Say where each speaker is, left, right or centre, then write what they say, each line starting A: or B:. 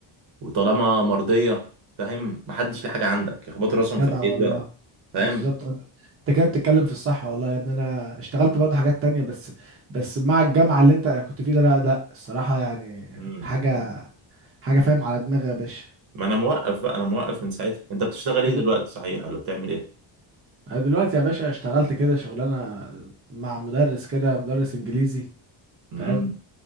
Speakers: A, on the right; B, on the right.
A: وطالما مرضيه فاهم محدش ليه حاجه عندك يخبطوا راسهم
B: جدع
A: في الحيط
B: والله
A: بقى فاهم
B: بالظبط انت انت كده بتتكلم في الصح والله يا ابني انا اشتغلت برضه حاجات تانية بس بس مع الجامعة اللي انت كنت فيه ده لا لا الصراحة يعني
A: مم.
B: حاجة حاجة فاهم على دماغي يا باشا
A: ما انا موقف بقى انا موقف من ساعتها انت بتشتغل ايه
B: انت
A: دلوقتي
B: د-
A: صحيح ولا بتعمل ايه
B: انا دلوقتي يا باشا اشتغلت كده شغلانة مع مدرس كده مدرس انجليزي
A: امم
B: فاهم